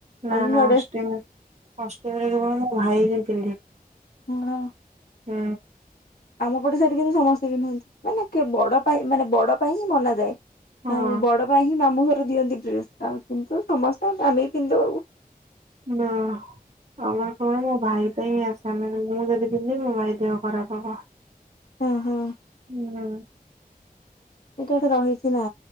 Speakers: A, on the right; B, on the left.
A: ନା
B: ଆମେ ନୂଆ
A: ନା
B: ଡ୍ରେସ
A: ଅଷ୍ଟମୀ ଅଷ୍ଟମୀ ରେ କେବଳ ମ ଭାଇ ି <unintelligible>
B: ହଁ <unintelligible>
A: ହୁଁ।
B: ଆମ ପଟେ ସେଠି କିନ୍ତୁ ସମସ୍ତେ ପିନ୍ଧନ୍ତି ମାନେ ବଡ ପାଇଁ ମାନେ ବଡ ପାଇଁ ହିଁ ମନାଯାଏ।
A: ହଁ
B: ଆଉ ବଡ ପାଇଁ ହିଁ ମାମୁଁ ଘର ଦିଅନ୍ତି ଡ୍ରେସ୍। ଆଉ କିନ୍ତୁ ସମସ୍ତେ ଆମେ ମି କିନ୍ଦ ହୁ <unintelligible>
A: ନା ଆମର କଣ ହେଲା ମୋ ଭାଇ ପାଇଁଁ ଆସ୍ ସେମାନେ ମୁଁ ଯଦି ପିନ୍ଧିବି ମୋ ଭାଇ ଦେହ ଖରାପ ହବ।
B: ହଁ ହଁ।
A: ହୁଁ।
B: ଏଇଟା ଏଟେ ରହିଛି ନା।